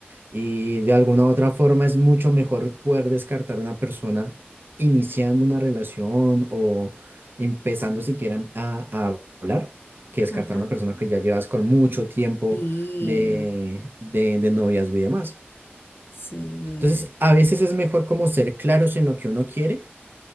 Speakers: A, on the right; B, on the left.
A: Y de alguna u otra forma es mucho mejor poder descartar a una persona iniciando una relación o empezando siquiera a, a hablar, que descartar
B: ajá.
A: a una persona que ya llevas con mucho tiempo
B: Sí,
A: de, de, de noviazgo y demás.
B: sí,
A: Entonces, a veces es mejor como ser claros en lo que uno quiere